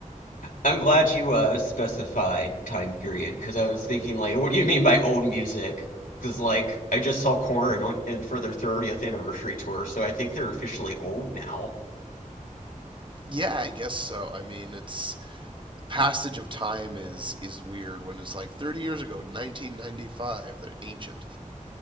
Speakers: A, on the left; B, on the right.
A: I'm glad you uh specified time period because I was thinking like, what do you mean by old music? Because like I just saw Korn on and for their 30th anniversary tour, so I think they're officially old now.
B: Yeah, I guess so. I mean, it's passage of time is is weird when it's like 30 years ago, 1995, they're ancient.